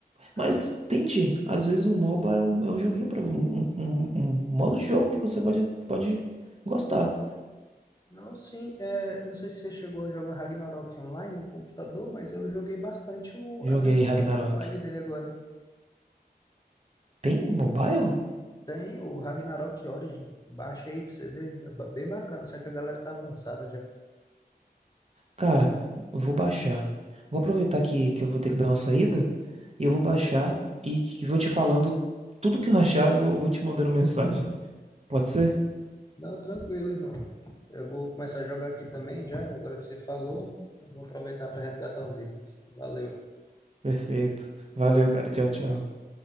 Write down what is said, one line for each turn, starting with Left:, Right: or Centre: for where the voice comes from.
Right: Mas
Left: Cara,
Right: tente, às vezes o MOBA é um, é um joguinho para um, um, um modo de jogo que você pode, pode gostar.
Left: Não, sim, é, eu não sei se você chegou a jogar Ragnarok online no computador, mas eu joguei bastante o,
Right: Joguei
Left: a versão
Right: Ragnarok.
Left: mobile dele agora.
Right: Tem mobile?
Left: Tem o Ragnarok Origin, baixa aí pra você ver, é ba- bem bacana, só que a galera tá avançada já.
Right: Cara, eu vou baixar. Vou aproveitar que, que eu vou ter que dar uma saída e eu vou baixar e te- vou te falando tudo que eu achar, vou, vou te mandando mensagem. Pode ser?
Left: Não, tranquilo, irmão. Eu vou começar a jogar aqui também já, agora que você falou, eu vou aproveitar para resgatar uns itens. Valeu.
Right: Perfeito. Valeu, cara. Tchau, tchau.